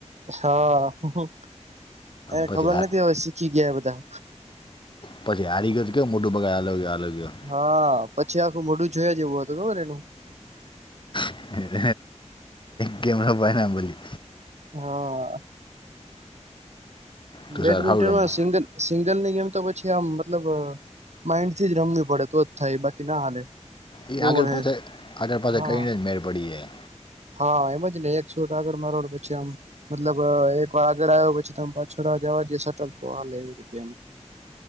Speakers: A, on the right; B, on the left.
A: હાઆઆ- હોહો. એ
B: પછી
A: ખબર
B: હાર
A: નથી હવે શીખી ગયા બધા.
B: પછી હારી ગયો તો કેવું મોટું બગાડ હાલો ગયો હાલો ગયો
A: હા પછી આખું મોઢું જોયા જેવું હતું ખબર એનું.
B: <unintelligible> ભનાબલી
A: હા.
B: તું
A: બેડમિન્ટનમાં
B: સારું સારું રમે
A: સિંગલ સિંગલ ની ગમ. તો પછી આમ મતલબ માઇન્ડ થી જ રમવી પડે તો જ થાય બાકી ના હાલે.
B: ઈ
A: એવું
B: આગળ
A: હે
B: પાછ આગળ પાછ
A: હા
B: કરીને જ મેળ પડી જાય.
A: હા એમ જ ને એક છોટ આગળ મારવાડ પછી આમ મતલબ એક વાર આગળ આવ્યો પછી તો પછીડો જવા. એ સટલ તો આમ લે <unintelligible> આમ.